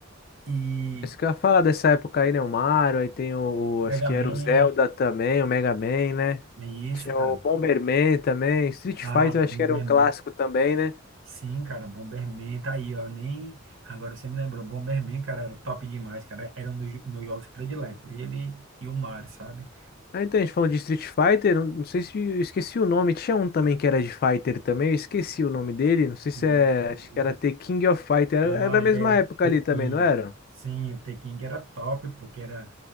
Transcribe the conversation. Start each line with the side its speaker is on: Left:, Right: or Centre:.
Right: e
Left: Isso que eu ia falar dessa época aí, né? O Mario, aí tem o,
Right: Mega
Left: o- Acho que
Right: Man,
Left: era o Zelda também, o Mega Man, né?
Right: e isso,
Left: Tinha
Right: cara.
Left: o Bomberman também. Street Fighter,
Right: Ah,
Left: acho
Right: Bomberman.
Left: que era um clássico também, né?
Right: Sim, cara, Bomberman tá aí, ó. Nem agora você me lembrou. Bomberman, cara, era top demais, cara. Era um dos meus jogos prediletos. Ele e o Mario, sabe?
Left: Ah, então a gente falou de Street Fighter, não não sei se eu esqueci o nome. Tinha um também que era de Fighter também, eu esqueci o nome dele. Não sei se
Right: Hum,
Left: é.
Right: hum,
Left: Acho
Right: hum.
Left: que era The King of Fighter. Era,
Right: Ah,
Left: era da mesma
Right: é,
Left: época
Right: Tekken.
Left: ali também, não era?
Right: Sim, o Tekken era top, porque era.